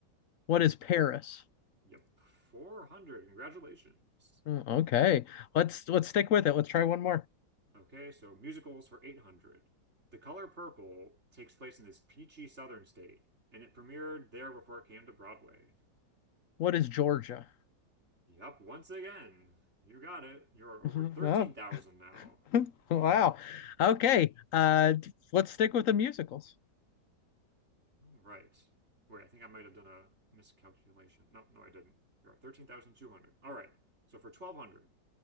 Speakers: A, on the left; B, on the right.
A: What is Paris?
B: Yep, 400. Congratulations.
A: Mm, Okay, let's let's stick with it. Let's try one more.
B: Okay, so musicals for 800. The Color Purple takes place in this peachy southern state, and it premiered there before it came to Broadway.
A: What is Georgia?
B: Yup, once again. You got it. You're
A: <laughs>
B: over 13,000 now.
A: Oh, <laughs> wow. Okay, uh, let's stick with the musicals.
B: All right. Wait, I think I might have done a miscalculation. No, no, I didn't. You're at 13,200. All right. So for 1,200,